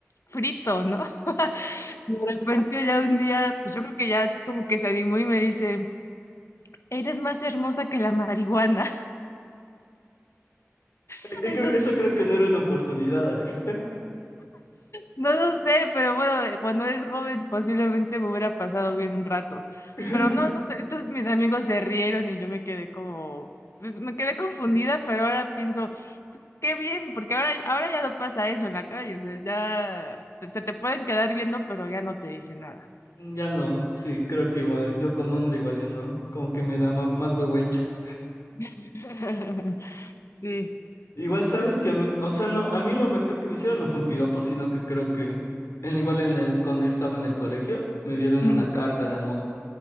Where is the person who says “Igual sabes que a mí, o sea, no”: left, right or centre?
Left